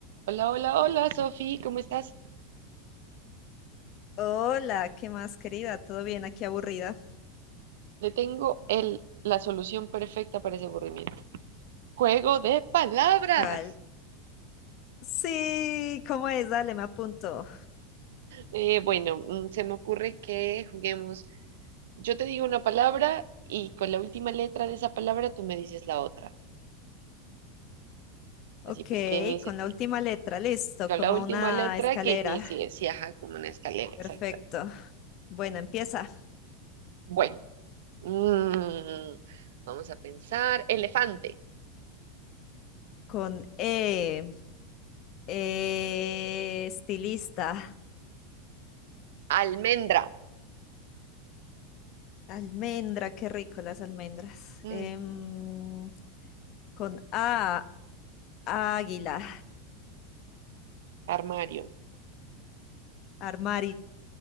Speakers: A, on the right (about 80°); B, on the left (about 45°).
A: Hola, hola, hola, Sofi, ¿cómo estás?
B: Hola, ¿qué más, querida? ¿Todo bien? Aquí aburrida.
A: Le tengo el, la solución perfecta para ese aburrimiento. Juego de palabras.
B: ¿Cuál? Sí, ¿cómo es? Dale, me apunto.
A: Eh, bueno, mm, se me ocurre que juguemos. Yo te digo una palabra y con la última letra de esa palabra tú me dices la otra. Así
B: Ok,
A: pues, que inicie,
B: con la última letra, listo,
A: con
B: como
A: la última
B: una
A: letra
B: escalera.
A: que inicie, sí, ajá, como una escalera, exacta.
B: Perfecto. Bueno, empieza
A: Bueno, mm, vamos a pensar. Elefante,
B: con E. E, estilista.
A: almendra,
B: Almendra, qué rico las almendras.
A: mm,
B: Em, con A, águila.
A: armario.
B: Armario.